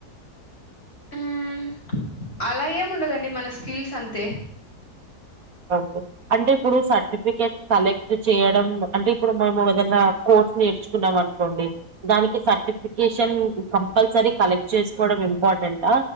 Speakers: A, on the left (about 35°); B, on the right (about 60°).
A: మ్మ్. అలా ఏం ఉండదండి మన స్కిల్స్ అంతే
B: ఓకే అంటే ఇప్పుడు సర్టిఫికెట్ కలెక్ట్ చేయడం అంటే ఇప్పుడు మేము ఏదన్న కోర్స్ నేర్చుకున్నాం అనుకోండి దానికి సర్టిఫికేషన్ కంపల్సరీ కలెక్ట్ చేసుకోవడం ఇంపార్టెంటా